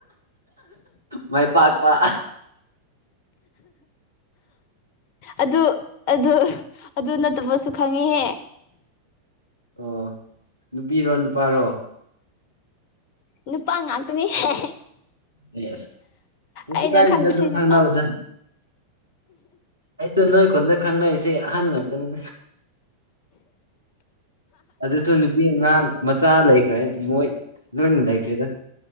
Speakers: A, on the right; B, on the left.
A: ꯃꯥꯏ ꯄꯥꯥꯠꯄ
B: ꯑꯗꯨ ꯑꯗꯨ ꯑꯗꯨ ꯅꯠꯇꯕꯁꯨ ꯈꯪꯉꯦꯍꯦ
A: ꯑꯣ ꯅꯨꯄꯤꯔꯣ ꯅꯨꯄꯥꯔꯣ
B: ꯅꯨꯨꯄꯥ ꯉꯥꯛꯇꯅꯦꯍꯦ
A: ꯑꯦꯁ ꯀꯩꯁꯨ
B: ꯑꯩꯅ
A: ꯀꯥꯏꯗꯦꯗ
B: ꯈꯪꯕꯁꯦ
A: ꯑꯗꯨꯝ
B: ꯅꯨꯄꯥꯉꯥꯛ
A: ꯈꯪꯅꯕꯗ ꯑꯩꯖꯨ ꯅꯣꯏꯈꯨꯟꯗ ꯈꯪꯅꯩꯁꯤ ꯑꯍꯟ ꯉꯥꯛꯇꯅꯤ ꯑꯗꯨꯁꯨ ꯅꯨꯄꯤ ꯑꯉꯥꯡ ꯃꯆꯥ ꯂꯩꯈ꯭ꯔꯦ ꯃꯣꯏ ꯂꯣꯏꯅ ꯂꯩꯈ꯭ꯔꯦꯗ